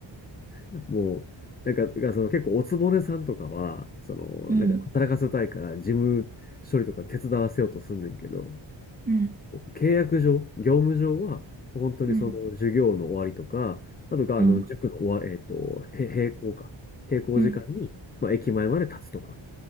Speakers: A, on the left (about 20°); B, on the right (about 20°).
A: う。もう、なんか、その結構おつぼねさんとかは、その、
B: う。うん、
A: なんか働かせたいから事務処理とか手伝わせようとすんねんけど、
B: うん、
A: 契約上、業務上は、本当にその授業の終わりとか、
B: うん、
A: あとが、
B: うん、
A: あの、塾の終わ、えっと、へ閉校か。閉校時間に、
B: うん。
A: まあ、駅前まで立つとか。